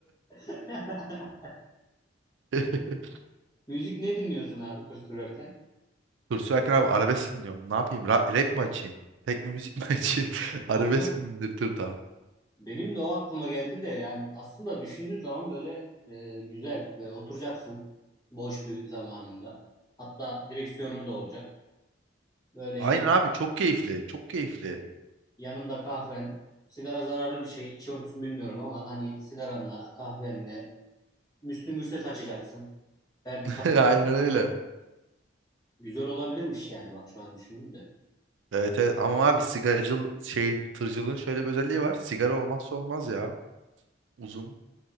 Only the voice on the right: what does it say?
<laughs>
Dur Sürerken abi arabesk dinliyorum. Ne yapayım? Rap, rap mi açayım? Tekno müzik mi <laughs> açayım?
Arabesk
mi dinletir daha?
Aynen
abi çok keyifli. Çok keyifli.
<laughs>
Aynen öyle.
Evet, evet. Ama abi sigaracıl şeyin tırcılığın şöyle bir özelliği var. Sigara olmazsa olmaz ya. Uzun